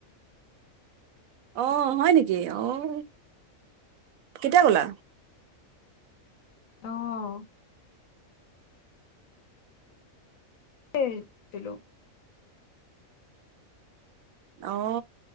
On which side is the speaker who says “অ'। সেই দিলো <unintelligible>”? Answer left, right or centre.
Left